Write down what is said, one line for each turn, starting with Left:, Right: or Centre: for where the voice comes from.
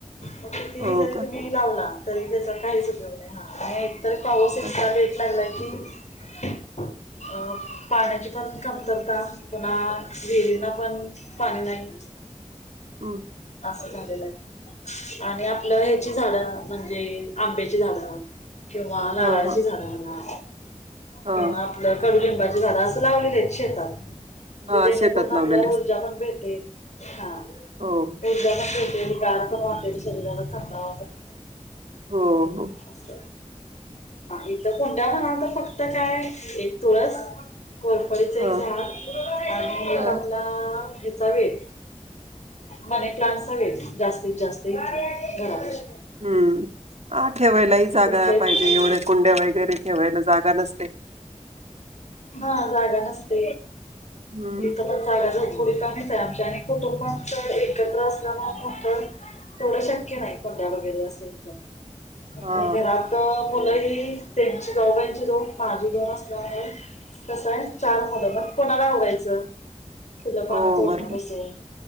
Left: मग कितीही
Right: हो
Left: जरी
Right: का
Left: तुम्ही लावला तरी त्याचा काहीच उपयोग्य नाही, हा आणि एकतर पाऊस इतका
Right: अच्छा
Left: लेट लागलाय की अ पाण्याची पण कमतरता पुन्हा विहीरींना पण पानी नाही.
Right: ऊ!
Left: असं झालेल आहे आणि आपलं ह्याची झाड म्हणजे आंब्याची झाडं. किंवा नाराळची
Right: हा हा
Left: झाड म्हणा
Right: हा
Left: किंवा आपल कडुलींबाची झाड असं लावलेलीं हेत शेतात. म्हणजे जेणे
Right: हा शेतात
Left: करून आपल्याला
Right: लावलेले असते
Left: ऊर्जा पण भेटेल हा.
Right: हो!
Left: ऊर्जा पण भेटेल, गार पण वाटेल, शरीराला थंडावा पण
Right: हो हो!
Left: अस. इथ कुंड्या म्हणाल तर फक्त काय आहे, एक तुळस, कोर पडीच एक
Right: हा
Left: झाड, आणि एक
Right: हा
Left: आपला ह्याचा वेल. मनी प्लांट चा वेल जास्तीत जास्त इथं घरापशी.
Right: हूं हा ठेवायलाही जागा
Left: तुमच्या इथ
Right: पाहिजे एवढ्या कुंड्या वगैरे ठेवायला जागा नसते.
Left: भा जागा नसत.
Right: हम्म
Left: त जागा झाली <unintelligible> कुडीत आम्हीच आहे आमच्या आणि कुटुंब आमचं एकत्र असल्यामुळ तेवढं शक्य नाही कुंड्या वगैरे असं हित. आणि
Right: हा
Left: घरात मुलं ही त्यांची जाऊबांची दोन माझी दोन असल्यामूळ कसं आहे चार मूल म कोणाला आवरायच. फुलं
Right: हो
Left: पानं तोडण्यापसून,
Right: बरोबर